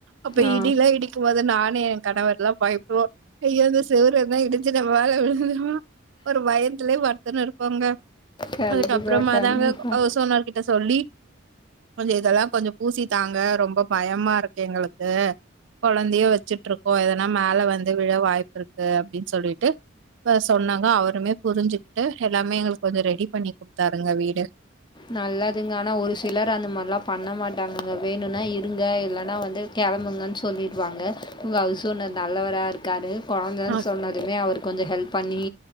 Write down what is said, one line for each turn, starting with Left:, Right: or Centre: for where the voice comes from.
Right: அப்ப
Left: ஆ.
Right: இடிலா இடிக்கும் போது நானு எ கணவர்லா பயப்டுவோ ஐயோ இந்த செவுரெல்லா இடிஞ்சு நம்ம மேல விழுந்துருமோ ஒரு பயத்துலே படுத்துன்னு இருப்போங்க
Left: கண்டிப்பா,
Right: அதுக்கப்றமா
Left: கண்டிப்பா.
Right: தாங்க ஹவுஸ் ஓனர் கிட்ட சொல்லி கொஞ்ச இதெல்லா கொஞ்ச பூசி தாங்க ரொம்ப பயமா இருக்கு எங்களுக்கு கொழந்தைய வச்சுட்ருக்கோ எதுனா மேல வந்து விழ வாய்ப்பிருக்கு அப்டின் சொல்லிட்டு இப்ப சொன்னாங்க அவருமே புரிஞ்சுக்கிட்டு எல்லாமே எங்களுக்கு வந்து ரெடி பண்ணி குடுத்தாருங்க வீடு
Left: நல்லதுங்க ஆனா ஒரு சிலர் அந்த மார்லா பண்ண மாட்டாங்கங்க வேணுனா இருங்க இல்லனா வந்து கெ கெளம்புங்கன் சொல்லிருவாங்க உங்க ஹவுஸ் ஓனர் நல்லவரா இருக்காரு கொழந்தன்
Right: ஆ
Left: சொன்னதுமே அவரு கொஞ்ச ஹெல்ப் பண்ணி